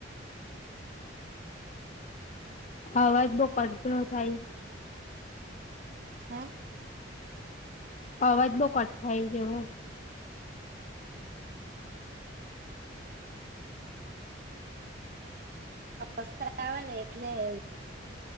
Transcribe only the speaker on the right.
હા.
અસત્ર આવે, એટલે એવું.